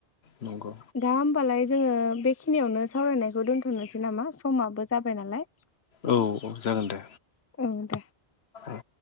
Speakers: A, on the left; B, on the left.
A: नंगौ।
B: दा होमबालाय जोङो बेखिनियावनो सावरायनायखौ दोन्थ'नोसै नामा समाबो जाबाय नालाय।
A: औ औ जागोन दे
B: ओं दे
A: औ।